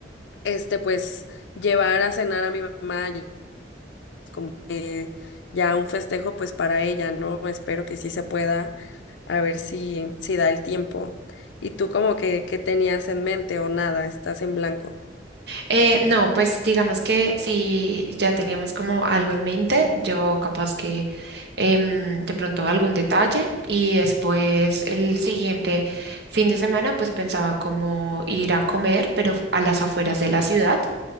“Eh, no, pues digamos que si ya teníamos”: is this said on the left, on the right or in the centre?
Right